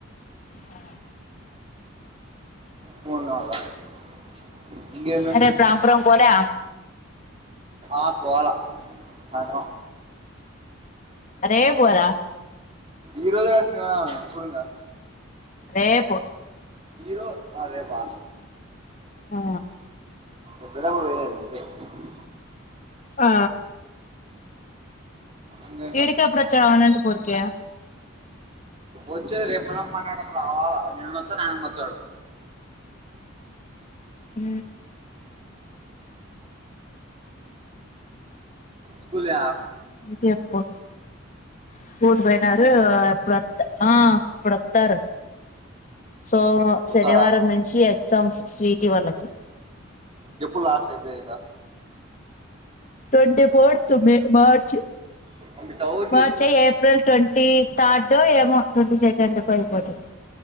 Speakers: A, on the left; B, on the right.
A: ఆ
B: <unintelligible> ఇంకేమి
A: అరే ప్రాంపురం పోలే
B: ఆ పోల సయంట్రం
A: రేప్ గదా
B: ఈ రోజు కదా శనివారం ఎప్పుడుందా
A: రేపు
B: ఈరో ఆ రేపా
A: ఆ
B: ఎప్పుద్దాప్పుడు <unintelligible>
A: ఆ
B: ఇంకా ఇంకా
A: ఈడికెప్పుడు వచవ అనంత పూరికి
B: వచ్చే రేపు మన మనం రమ్మన్నా నాడు రావాల నేనున్న తిన ఆయన్నోత్తడు
A: ఉ
B: స్కూల
A: ఇది ఎప్పు స్కూల్ పోయినారు ఎప్పుడొత్తర్ ఆ ఆప్పుడు తర్ సో
B: వస్తారా
A: శనివారం నుంచి సం స్వీటి వాళ్ళకి
B: ఎప్పుడు లాస్ అయిపోయిందా
A: ట్వంటి ఫోర్త్ మే మార్చ్
B: అమితాఊర్కి
A: మార్చ్ ఏప్రిల్ ట్వంటీ థర్డ్ ఒ ఏమో ట్వంటీ సెకండుకు ఐపోతది